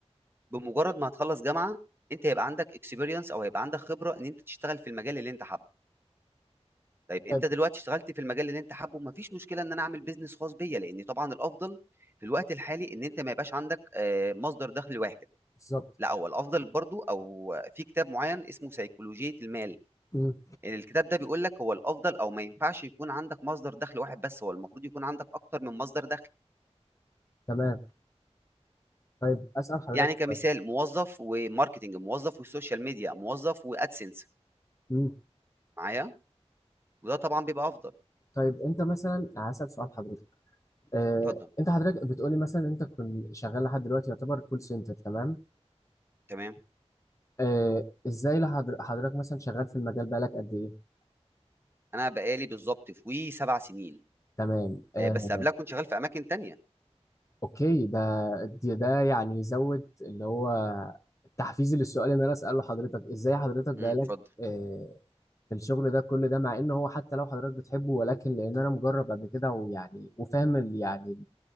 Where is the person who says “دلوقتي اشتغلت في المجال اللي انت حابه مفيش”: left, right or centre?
Right